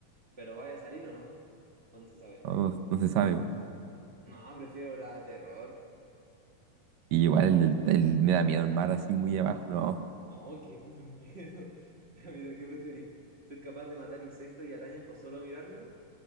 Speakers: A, on the right; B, on the right.
A: Pero vaya a salir o no, o no se sabe.
B: No, no- no se sabe. po.
A: No, prefiero la de terror.
B: Y igual el, el- el- me da miedo el mar así muy abajo, no.
A: No, qué puto miedo. <laughs> Ya mira, ¿qué preferís? ¿Ser capaz de matar insectos y arañas con solo mirarlo?